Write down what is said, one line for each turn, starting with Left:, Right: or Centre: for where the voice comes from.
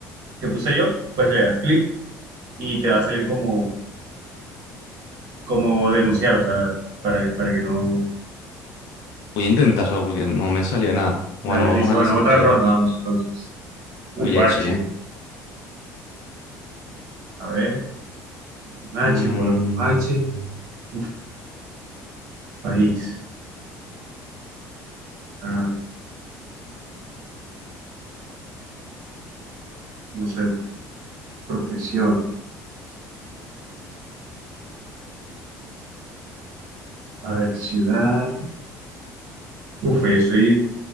Right: que puse yo, pues le das clic y te va a salir como... como denunciar, o sea, para, para que no...
Left: Voy a intentarlo porque no me salió nada. Bueno,
Right: Dale,
Left: vamos
Right: listo.
Left: a la
Right: Bueno,
Left: siguiente
Right: otra
Left: letra.
Right: ronda, vamos entonces. Uf,
Left: Uy,
Right: H.
Left: H.
Right: A ver, con
Left: Mm,
Right: H, color con H.
Left: mm,
Right: Uf, país. Ah, no sé, profesión. A ver, ciudad. Uf, yo estoy